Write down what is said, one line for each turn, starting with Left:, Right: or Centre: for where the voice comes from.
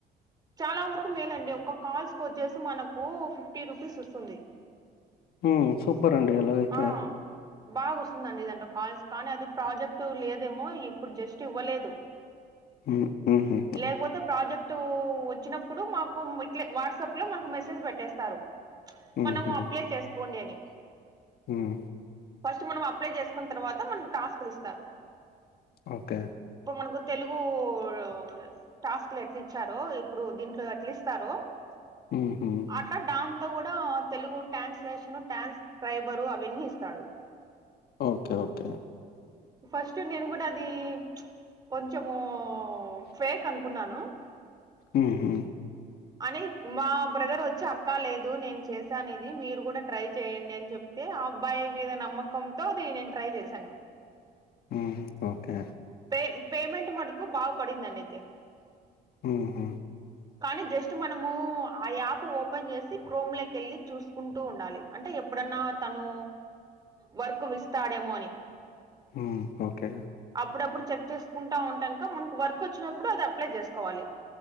Right: చాలా వరకు మేలండి ఒక్క కాల్స్ కొచ్చేసి మనకు ఫిఫ్టీ రూపీస్ వస్తుంది
Left: హ్మ్. సూపర్ అండి అలాగైతే.
Right: ఆ బాగా వస్తుందండి దాంట్లో కాల్స్ కానీ అది ప్రాజెక్ ట్ లేదేమో ఇప్పుడు జస్ట్ ఇవ్వలేదు
Left: మ్ మ్మ్ హు
Right: లేకపోతే ప్రాజెక్ట్ వచ్చినప్పుడు మాకు ఇ ట్లే వాట్సాప్ లో మనకు మెస్సేజ్ పెట్టేస్తారు
Left: హుహు.
Right: మనం అప్లై చేసుకోండి అని
Left: హ్మ్
Right: ఫస్ట్ మనం అప్లై చేసుకున్న తర్వాత మనకు టాస్క్ లు ఇస్తారు
Left: ఓకే
Right: ఇప్పుడు మనకు తెలుగు <unintelligible> టాస్క్ లు ఎట్లు ఇచ్చారో ఇప్పుడు దీంట్లో ఎట్లు ఇస్తారో
Left: మ్మ్ హు
Right: అట్లా డాంతో కూడా తెలుగు ట్రాన్స్లేషన్ ట్రాన్స్ఫైబర్ అవన్నీ ఇస్తాడు
Left: ఓకే ఓకే
Right: ఫస్ట్ నేను కూడా అది ప్చ్ కొంచము ఫేక్ అనుకు కున్నాను..
Left: హుహు.
Right: అని మా బ్రదర్ వచ్చి అక్కా లేదు నేను చేశాను ఇది మీరు కూడా ట్రై చేయ్యండి అని చె అయితే ఆ అబ్బాయి మీద నమ్మకంతో అది నేను ట్రై చేశాను
Left: ఊమ్ ఓకే
Right: పే పేమెంట్ మటుకు బాగ పడిందండి అయితే
Left: ఉహు
Right: కానీ జస్ట్ మనము ఆ యాప్ ఓపెన్ ఓపెన్ చేసి క్రోమ్ లోకి వెళ్ళి చూసుకుంటూ ఉండాలి అంటే ఎప్పుడన్నా తను వర్క్ విస్తాడేమో అని
Left: ఊమ్ ఓకే
Right: అప్పుడప్పుడు చెక్ చేసుకుంటా ఉంటానుక మనకు వర్క్ వచ్చినప్పుడు అది అప్లై చేసుకోవాలి